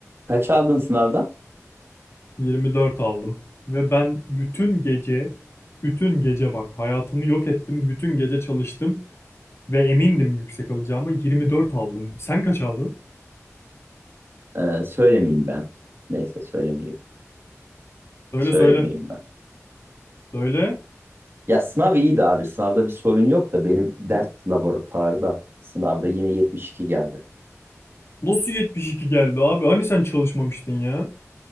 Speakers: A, on the right; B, on the left.
A: Kaç aldın sınavdan?
B: 24 aldım. Ve ben bütün gece, bütün gece bak hayatımı yok ettim. Bütün gece çalıştım ve emindim yüksek alacağıma 24 aldım. Sen kaç aldın?
A: Ee, söylemeyeyim ben. Neyse söylemeyeyim.
B: Söyle
A: Söylemeyeyim
B: söyle.
A: ben.
B: Söyle.
A: Ya sınav iyiydi abi. Sınavda bir sorun yok da benim dert laboratuvarda sınavda yine 72 geldi.
B: Nasıl 72 geldi abi? Hani sen çalışmamıştın ya?